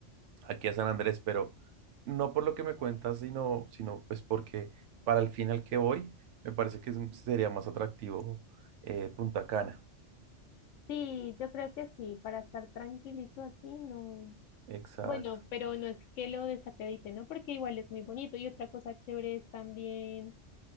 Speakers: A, on the right (about 75°); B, on the left (about 80°).
A: aquí a San Andrés, pero no por lo que me cuentas, sino, sino pues porque para el fin al que voy, me parece que es- sería más atractivo eh, Punta Cana.
B: Sí, yo creo que sí, para estar tranquilito así, no,
A: Exacto.
B: Bueno, pero no es que lo desacredite, ¿no? Porque igual es muy bonito. Y otra cosa chévere es también,